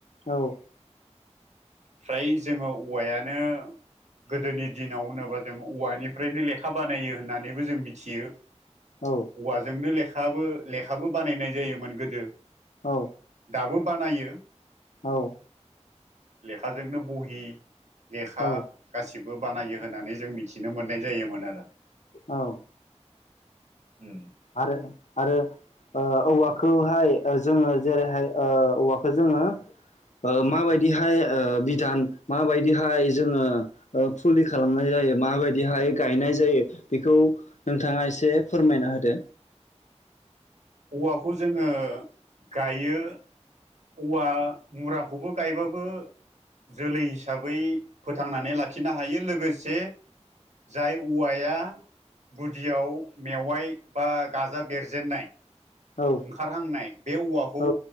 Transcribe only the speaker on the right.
फ्राय जोङो औवायानो गोदोनि दिनाव होनोबा जों औवानि फ्रायनो लेखा बानायो होननानैबो जों मिथियो
औवाजोंनो लेखा बो लेखाबो बानायनाय जायोमोन गोदो
दाबो बानायो
लेखाजोंनो बहि लेखा
गासि बोनायो होननानै जों मिथिनो मोननाय जायोमोन आरो
उम
औवाखौ जोङो गायो। औवा मुराखौबो गायबाबो जोलै हिसाबै फोथांनानै लाखिनो हायो लोगोसे जाय औवाया गुदियाव मेवाइ बा गाजा बेरजेननाय
ओंखारहांनाय बे औवाखौ